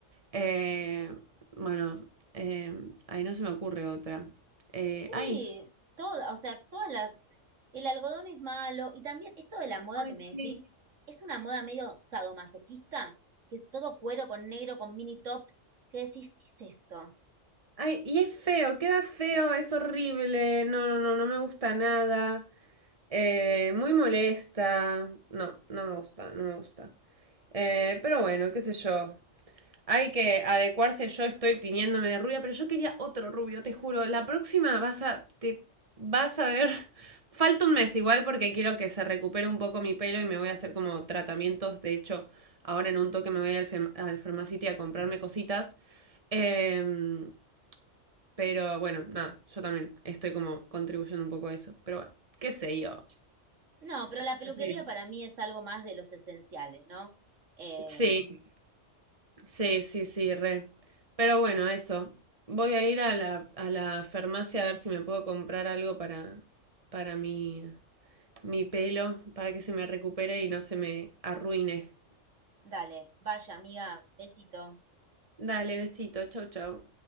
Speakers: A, on the right; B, on the right.
A: Eh, bueno, eh, ahí no se me ocurre otra. Eh,
B: Sí,
A: ay,
B: todas, o sea, todas las... El algodón es malo y también esto de la moda
A: Ay,
B: que me
A: sí.
B: decís, es una moda medio sadomasoquista, que es todo cuero con negro, con mini tops, que decís, ¿qué es esto?
A: ay, y es feo, queda feo, es horrible. No, no, no, no me gusta nada. Eh, muy molesta. No, no me gusta, no me gusta. Eh, pero bueno, qué sé yo. Hay que adecuarse, yo estoy tiñéndome de rubia, pero yo quería otro rubio, te juro. La próxima vas a. te vas a ver. <laughs> Falta un mes igual porque quiero que se recupere un poco mi pelo y me voy a hacer como tratamientos. De hecho, ahora en un toque me voy a ir al, fem- al Pharmacity a comprarme cositas. Em, pero bueno, nada, yo también estoy como contribuyendo un poco a eso. Pero bueno, qué sé yo.
B: No, pero la peluquería
A: Qué sé yo.
B: para mí es algo más de los esenciales, ¿no? Eh,
A: Sí, Sí, sí, sí, re. Pero bueno, eso. Voy a ir a la, a la farmacia a ver si me puedo comprar algo para, para mi, mi pelo, para que se me recupere y no se me arruine.
B: dale, vaya amiga, besito.
A: Dale, besito, chau, chau.